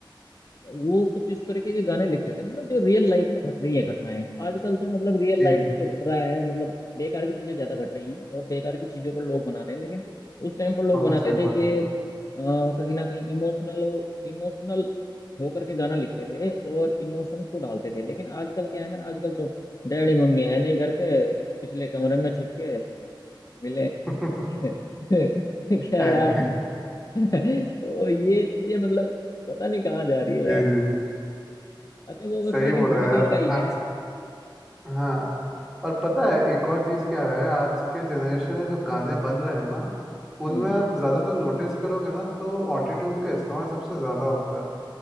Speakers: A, on the left; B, in the centre.
A: वो कुछ इस तरीके के गाने लिखते थे मतलब जो रियल लाइफ में घट रही है घटनाएं आजकल तो मतलब रियल
B: जी
A: लाइफ में जो घट रहा है मतलब बेकार की चीजें ज्यादा घट रही हैं और बेकार की चीजों पर लोग बना रहे हैं लेकिन उस टाइम पर लोग
B: बहुत
A: बनाते
B: सही
A: थे
B: बात
A: कि
B: बोली
A: अ, कहीं ना कहीं इमोशनल हो इमोशनल होकर के गाना लिखते थे और इमोशंस को डालते थे लेकिन आजकल क्या है ना आजकल तो डैडी मम्मी है नहीं घर पे पिछले कमरे में छुप के मिले <laughs>
B: <laughs>
A: क्या
B: यार,
A: यार <laughs> तो ये चीजें मतलब पता नहीं कहाँ जा रही है यार
B: जी जी
A: अच्छा वो बस
B: सही
A: लेकिन
B: बोला
A: थोड़ी
B: यार
A: देर का ही है
B: आज हाँ और पता है एक और चीज़ क्या है आज के जनरेशन में जो गाने बन रहे हैं ना
A: हम्म
B: उनमें आप ज़्यादातर नोटिस करोगे ना तो ऑटोट्यून का इस्तेमाल सबसे ज़्यादा होता है